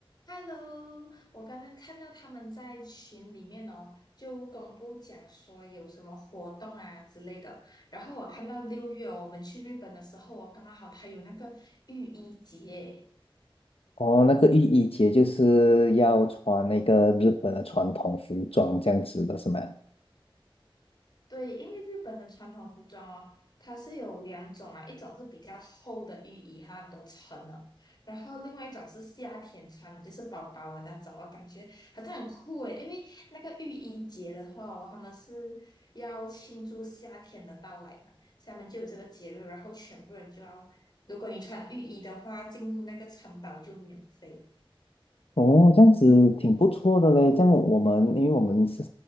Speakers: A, on the left; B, on the left.
A: Hello，我刚刚看到他们在群里面哦，就公布讲说有什么活动啊之类的。然后我看到六月哦，我们去日本的时候哦，刚刚好他有那个浴衣节，
B: 哦，那个浴衣节就是要穿那个日本的传统服装这样子的是吗？
A: 对，因为日本的传统服装哦，它是有两种嘛，一种是比较厚的浴衣，它很多层的；然后另外一种是夏天穿的，就是薄薄的那种，我感觉好像很酷诶，因为那个浴衣节的话哦他们是要庆祝夏天的到来嘛，所以他们就有这个节日，然后全部人就要，如果你穿浴衣的话，进入那个城堡就免费。
B: 哦，这样子挺不错的嘞。这样我们，因为我们是